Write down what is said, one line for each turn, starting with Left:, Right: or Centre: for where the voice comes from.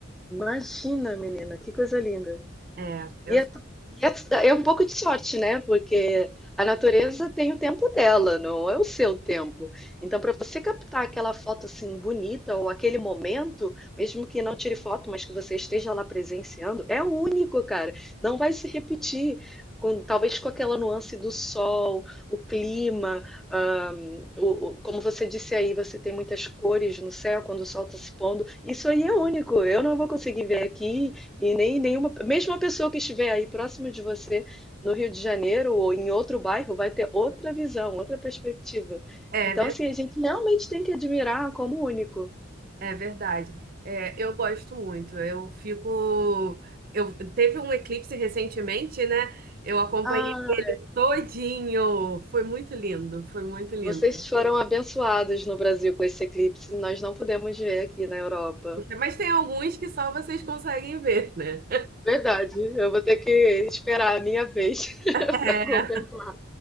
Centre: Imagina, menina, que coisa linda!
Right: É, eu,
Centre: E é, e é- é um pouco de sorte, né? Porque a natureza tem o tempo dela, não é o seu tempo. Então, para você captar aquela foto assim bonita ou aquele momento, mesmo que não tire foto, mas que você esteja lá presenciando, é único, cara. Não vai se repetir. Com- talvez com aquela nuance do sol, o clima, ahn, o- o- como você disse aí, você tem muitas cores no céu quando o sol está se pondo. Isso aí é único. Eu não vou conseguir ver aqui. E nem nenhuma, mesmo a pessoa que estiver aí próximo de você no Rio de Janeiro ou em outro bairro vai ter outra visão, outra perspectiva.
Right: é
Centre: Então, assim, a gente realmente tem que admirar como único.
Right: É verdade. É, eu gosto muito. Eu fico. Eu teve um eclipse recentemente, né? Eu acompanhei
Centre: Ah,
Right: ele todinho. Foi muito lindo, foi muito lindo.
Centre: vocês foram abençoados no Brasil com esse eclipse, nós não podemos ver aqui na Europa.
Right: Mas tem alguns que só vocês conseguem ver, né?
Centre: Verdade, eu vou ter que esperar a minha vez <laughs>
Right: É,
Centre: para contemplar.